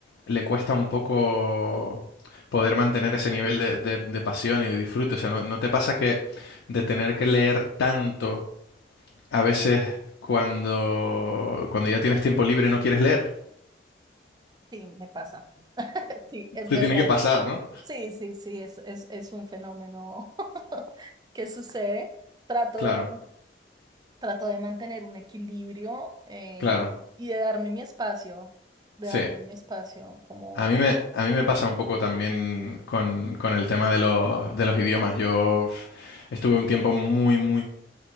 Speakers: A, on the left; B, on the right.
A: le cuesta un poco poder mantener ese nivel de, de- de pasión y de disfrute. O sea, ¿no, no te pasa que de tener que leer tanto, a veces cuando, cuando ya tienes tiempo libre no quieres leer?
B: Sí, me pasa. <laughs> Sí, es
A: Te
B: verdad.
A: tiene que pasar, ¿no?
B: Sí, sí, sí, es, es, es un fenómeno <laughs> que sucede. Trato
A: Claro,
B: de, trato de mantener un equilibrio eh,
A: claro.
B: y de darme mi espacio, de
A: Sí.
B: darme mi espacio como,
A: A mí me, a mí me pasa un poco también con, con el tema de los, de los idiomas. Yo uf, estuve un tiempo muy, muy